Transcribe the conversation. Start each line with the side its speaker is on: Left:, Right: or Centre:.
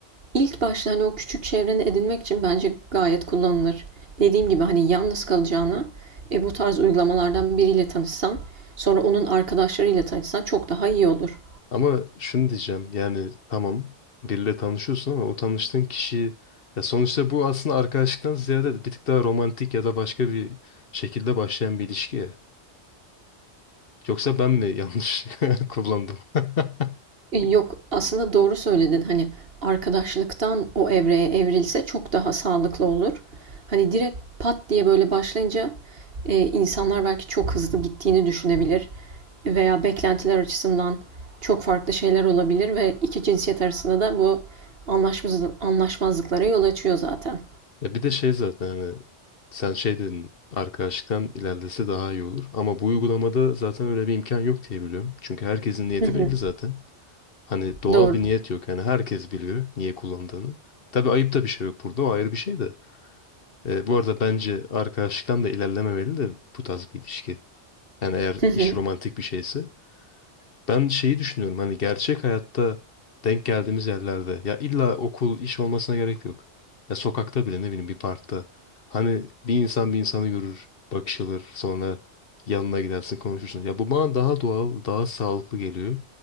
Right: İlk başta hani o küçük çevreni edinmek için bence gayet kullanılır. Dediğim gibi hani yalnız kalacağına e, bu tarz uygulamalardan biriyle tanışsan, sonra onun arkadaşlarıyla tanışsan çok daha iyi olur.
Left: Ama şunu diyeceğim yani tamam biriyle tanışıyorsun ama o tanıştığın kişi ya sonuçta bu aslında arkadaşlıktan ziyade bir tık daha romantik ya da başka bir şekilde başlayan bir ilişki ya. Yoksa ben mi yanlış <laughs> kullandım? <laughs>
Right: E, Yok aslında doğru söyledin hani arkadaşlıktan o evreye evrilse çok daha sağlıklı olur. Hani direkt pat diye böyle başlayınca e, insanlar belki çok hızlı gittiğini düşünebilir veya beklentiler açısından çok farklı şeyler olabilir ve iki cinsiyet arasında da bu anlaşmaz, anlaşmazlıklara yol açıyor zaten.
Left: Ya bir de şey zaten hani sen şey dedin arkadaşlıktan ilerlese daha iyi olur. Ama bu uygulamada zaten öyle bir imkan yok diye biliyorum. Çünkü herkesin niyeti
Right: Hı hı,
Left: belli zaten. Hani doğal
Right: doğru.
Left: bir niyet yok. Yani herkes biliyor niye kullandığını. Tabii ayıp da bir şey yok burada. O ayrı bir şey de. E, bu arada bence arkadaşlıktan da ilerlememeli de bu tarz bir ilişki. Yani eğer iş
Right: Hı hı,
Left: romantik bir şeyse. Ben şeyi düşünüyorum hani gerçek hayatta denk geldiğimiz yerlerde ya illa okul, iş olmasına gerek yok. Ya sokakta bile ne bileyim bir parkta. Hani bir insan bir insanı görür, bakışılır, sonra yanına gidersin konuşursun. Ya bu bana daha doğal, daha sağlıklı geliyor.